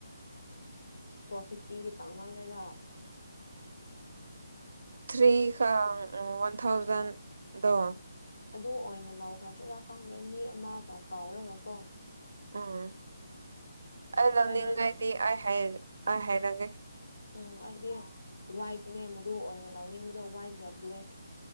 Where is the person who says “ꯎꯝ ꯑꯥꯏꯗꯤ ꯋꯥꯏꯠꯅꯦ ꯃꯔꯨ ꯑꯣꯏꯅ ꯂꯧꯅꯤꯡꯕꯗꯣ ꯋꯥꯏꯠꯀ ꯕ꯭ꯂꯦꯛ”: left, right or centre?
Left